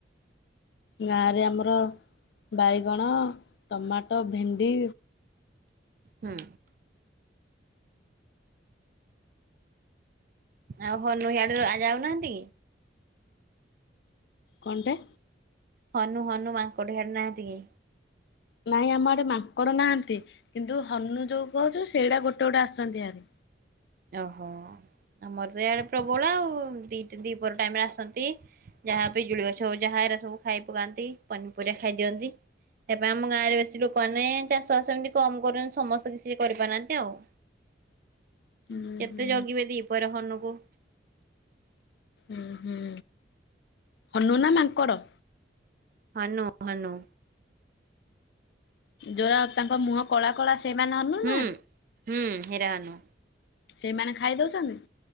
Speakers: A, on the left; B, on the right.
A: ଗାଁରେ ଆମର ବାଇଗଣ, ଟମାଟ, ଭେଣ୍ଡି
B: ହୁଁ। ଆଉ ହନୁ ଇଆଡୁ ଆଉ ଯାଉନାହାନ୍ତି?
A: ଙ୍କନ୍ଟେ?
B: ହନୁ, ହନୁ, ମାଙ୍କଡ ହିଆଡେ ନାହାନ୍ତି କି?
A: ନାଇଁ ଆମ ହାଡ଼େ ମାଙ୍କଡ ନାହାନ୍ତି କିନ୍ତୁ ହନୁ ଯୋଉ କହୁଛୁ ସେଇଡ଼ା ଗୋଟେ ଗୋଟେ ଆସନ୍ତି ହାରି।
B: ୟହ ଆମର ତ ଇଆଡେ ପ୍ରବଳ ଆଉ ଦିଟା ଦିପହର ଟାଇମ୍ ରେ ଆସନ୍ତି ଯାହା ପିଜୁଳି ଗଛ ଯାହା ଏରା ସବୁ ଖାଇ ପକାନ୍ତି ପନିପରିବା ଖାଇ ଦିଅନ୍ତି। ଏବେ ଆମ ଗାଁ ରେ ବେଶୀ ଲୋକମାନେ ଚାଷ ବାସ ଏମ୍ତି କମ୍ କର ସମସ୍ତେ କିଛି କରିପାରୁନାହାନ୍ତି ଆଉ।
A: ହୁଁ
B: କେତେ
A: ହୁଁ
B: ଜଗିବେ ଦିପହରେ ହନୁକୁ।
A: ଉଁ ହୁଁ। ହନୁ ନା ମାଙ୍କଡ଼?
B: ହନୁ, ହନୁ।
A: ଯଉରା ତାଙ୍କ ମୁହଁ କଳା କଳା ସେମାନେ ହନୁ
B: ହୁଁ।
A: ନା?
B: ହୁଁ ହେଇରା ହନୁ।
A: ସେଇମାନେ ଖାଇଦଉଛନ୍ତି?